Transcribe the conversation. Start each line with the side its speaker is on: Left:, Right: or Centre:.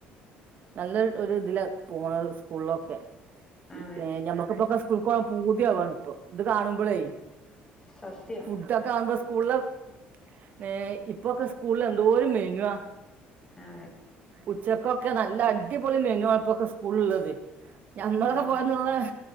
Right: നല്ലൊ രു ഇതില പോണത് സ്കൂൾലൊക്കെ
Left: അതെ
Right: ഏ ഞമ്മക്ക് ബൊക്കസ് സ്കൂൾകോവാൻ പൂതിയാവാണ് ഇപ്പൊ ഇത് കാണുമ്പോളേ
Left: സത്യം
Right: ഫുഡൊക്കെ കാണുമ്പോ സ് സ്കൂളൊ ഏ ഇപ്പൊക്കെ സ്കൂളിൽ എന്തോര് മെനുആ
Left: അതെ
Right: ഉച്ചക്കൊക്കെ നല്ല അടിപൊളി മെനു ആണപ്പൊക്കെ സ്കൂള ഉള്ളത് ഞമ്മളൊക്കെ
Left: ഓ
Right: പോയന്നുള്ള